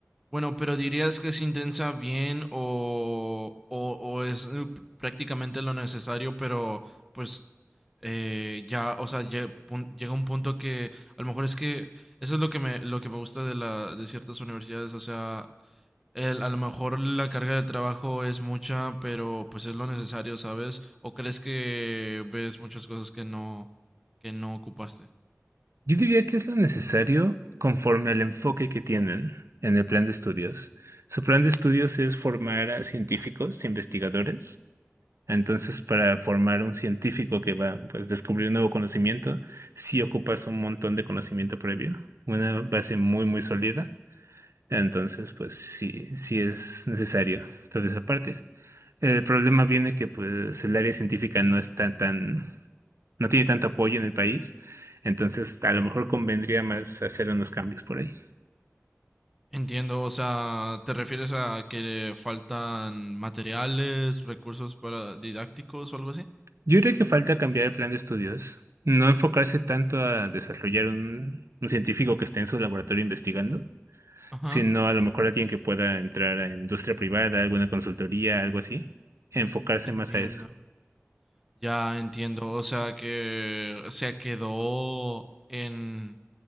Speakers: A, in the centre; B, on the right.
A: Bueno, pero ¿dirías que es intensa bien o, o, o es eh, p- prácticamente lo necesario, pero pues eh, ya, o sea, lle- pun- llega un punto que a lo mejor es que eso es lo que me, lo que me gusta de la, de ciertas universidades, o sea, el- a lo mejor la carga del trabajo es mucha, pero pues es lo necesario, ¿sabes? ¿O crees que ves muchas cosas que no, que no ocupaste?
B: Yo diría que es lo necesario conforme al enfoque que tienen en el plan de estudios. Su plan de estudios es formar a científicos, investigadores, Entonces, para formar un científico que va pues, a descubrir nuevo conocimiento, sí ocupas un montón de conocimiento previo, una base muy, muy sólida. Entonces, pues sí, sí es necesario toda esa parte. El problema viene que pues el área científica no está tan, no tiene tanto apoyo en el país. Entonces, a lo mejor convendría más hacer unos cambios por ahí.
A: Entiendo, o sea, ¿te refieres a que le faltan materiales, recursos para didácticos o algo así?
B: Yo creo que falta cambiar el plan de estudios, no enfocarse tanto a desarrollar un, un científico que esté en su laboratorio investigando
A: Ajá,
B: sino a lo mejor alguien que pueda entrar a industria privada, alguna consultoría, algo así, enfocarse
A: entiendo.
B: más a eso.
A: Ya entiendo, o sea que se quedó en,